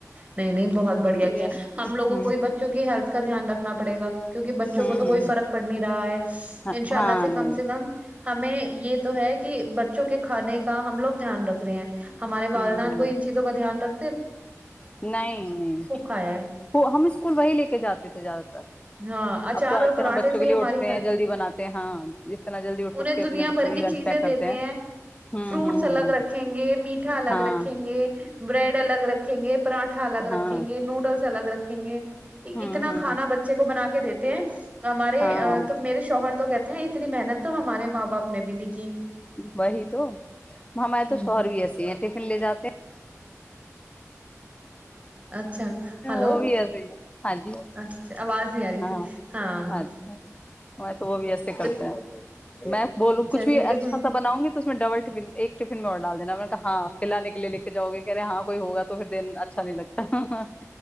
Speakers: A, on the right; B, on the left.
A: نہیں نہیں بہت بڑھیا
B: یہ
A: گ ہم لوگوں
B: ہ
A: کو ہی بچوں کی ہیلتھ کا دھیان رکھنا پڑے گا کیونکہ بچوں
B: ہ
A: کو تو کوئی فرق پڑ نہیں رہا ہے
B: ہ
A: انشاء اللہ
B: ہاں
A: سے
B: نہیں
A: کم سے کم ہمیں یہ تو ہے کہ بچوں کے کھانے کا ہم لوگ دھیان رکھ رہے ہیں ہمارے والدان
B: ہ ہ
A: کو ان چیزوں کا دھیان رکھ
B: نہیں نہیں
A: کھایا ہے
B: ہم اسکول وہی لے کے جاتے تھے زیادہ تر
A: ہاں اچار
B: اب تو
A: اور
B: آج
A: پراٹھے
B: کل ہم بچوں
A: سے
B: کے لیے
A: ہماری
B: اٹھتے
A: ہیھ
B: ہیں جلدی بناتے ہیں ہاں جس طرح جلدی اٹھ
A: انہیں
B: اٹھ کے
A: دنیا
B: اپنے بچوں
A: بھر
B: کے
A: کی
B: لیے لنچ
A: چیزیں
B: پیک
A: دیتے
B: کرتے
A: ہیں
B: ہوں
A: فروٹس
B: ہوں ہوں
A: الگ رکھیں گے میٹھا الگ
B: ہاں
A: رکھیں گے بریڈ رکھیں گے پراٹھا الگ
B: ہاں
A: رکھیں گے نوڈلس الگ رکھیں گے کہ
B: ہوں
A: اتنا
B: ہوں
A: کھانا بچے کو بنا کے <unintelligible> ہیں ہمارے
B: ہاں
A: تو میرے شوہر تو کہتے ہیں اتنی محنت تو ہمارے ماں باپ نے بھی نہیں کی
B: وہی تو ہمارے
A: ہ
B: تو شوہروی ایسے ہیں ٹفن لے جاتے ہیں
A: اچھا ہلو
B: وہ بھی ایسے ہی ہے ہاں جی
A: اچھا آواز نہیں آ رہی تھی
B: ہاں
A: ہاں
B: اچھا تو وہ بھی ایسے کرتے
A: تو
B: ہیں میں بولوں کچھ بھی
A: جی
B: اچھا
A: ٹفن
B: سا بناؤں گی تو اس میں ڈبل ایک فن میں اور ڈال دینا ہاں کلا نکلے نک جاؤے کہہ رہے ہاں کوئی ہوگا تو دن اچھا نہیں لگتا